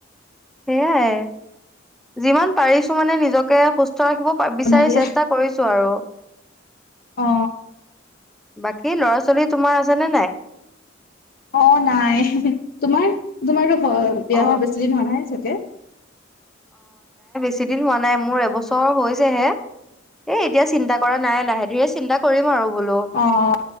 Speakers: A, in the centre; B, on the left.
A: সেইয়াই যিমান পাৰিছো মানে নিজকে সুস্থ ৰাখিব বিচাৰি
B: বনাই দিয়া
A: চেষ্টা কৰিছো আৰু
B: অ
A: বাকী ল'ৰা ছোৱালী তোমাৰ আছেনে নাই
B: অ', নাই তোমাৰ তোমাৰ অ', বিয়া
A: অ',
B: হোৱা বেছি দিন হোৱা নাই চাকে
A: বেছিদিন হোৱা নাই মোৰ এবছৰ হৈছেহে এ, এতিয়া চিন্তা কৰা নাই লাহে ধীৰে চিন্তা কৰিম আৰু বোলো।
B: অহ,